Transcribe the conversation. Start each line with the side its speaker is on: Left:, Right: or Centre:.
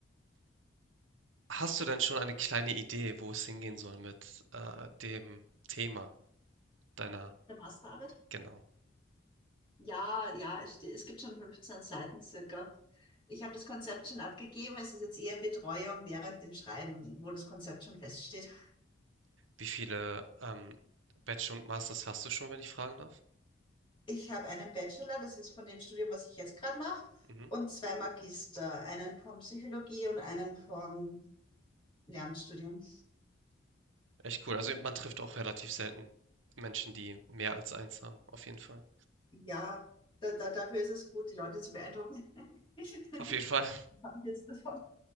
Right: Hast du denn schon eine kleine Idee, wo es hingehen soll mit äh, dem Thema deiner,
Left: Der Masterarbeit?
Right: genau.
Left: Ja, ja, es, ste- es gibt schon 15 Seiten circa. Ich habe das Konzept schon abgegeben. Es ist jetzt eher Betreuung während dem Schreiben, wo das Konzept schon feststeht.
Right: Wie viele ähm, Bachelor und Masters hast du schon, wenn ich fragen darf?
Left: Ich habe einen Bachelor, das ist von dem Studium, was ich jetzt gerade mache,
Right: Mhm.
Left: und zwei Magister, einen von Psychologie und einen von Lehramtsstudium.
Right: Echt cool. Also man trifft auch relativ selten Menschen, die mehr als eins haben. Auf jeden Fall.
Left: Ja, da, da, dafür ist es gut, die Leute zu beeindrucken. <laughs>
Right: Auf jeden Fall.
Left: Haben jetzt davon.